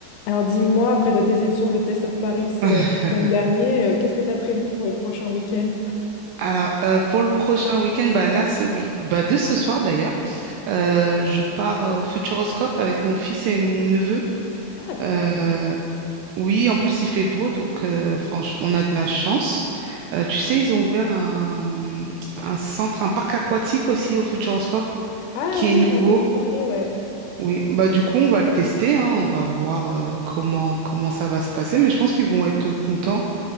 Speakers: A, on the left; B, on the right.
A: Alors dis-moi, après ta déception de Test of Paris
B: <laughs>
A: euh, le week-end dernier, euh, qu'est-ce que tu as prévu pour le prochain week-end?
B: Alors, euh, pour le prochain week-end, bah là, ce week bah de ce soir d'ailleurs, euh, je pars euh, au Futuroscope avec mon fils et mon neveu.
A: Ah, trop.
B: Euh, oui, en plus, il fait beau, donc euh, franchement, on a de la chance. Euh, tu sais, ils ont ouvert un, un centre, un parc aquatique aussi au Futuroscope,
A: Ah
B: qui
A: oui,
B: est nouveau.
A: j'ai entendu parler, ouais.
B: Oui, bah du coup, on va le tester, hein, on va voir euh, comment, comment ça va se passer, mais je pense qu'ils vont être contents.